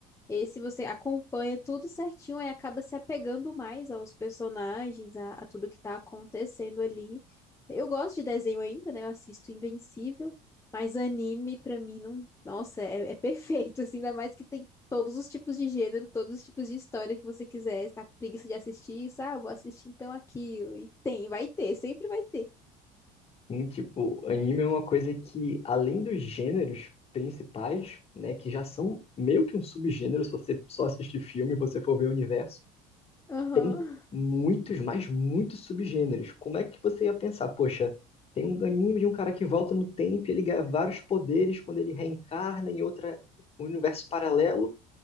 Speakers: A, on the left; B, on the left.
A: Esse você acompanha tudo certinho e acaba se apegando mais aos personagens, a, a tudo que tá acontecendo ali. Eu gosto de desenho ainda, né? Eu assisto Invencível, mas anime pra mim não, nossa, é, é perfeito, <laughs> assim, ainda mais que tem todos os tipos de gênero, todos os tipos de história que você quiser, tá com preguiça de assistir, sabe ah, vou assistir então aquilo. E tem, vai ter, sempre vai ter.
B: Sim, tipo, anime é uma coisa que, além dos gêneros principais, né, que já são meio que um subgênero, se você só assistir filme e você for ver o universo,
A: Aham.
B: tem muitos, mas muitos subgêneros. Como é que você ia pensar, poxa, tem um anime de um cara que volta no tempo e ele ganha vários poderes quando ele reencarna em outra um universo paralelo,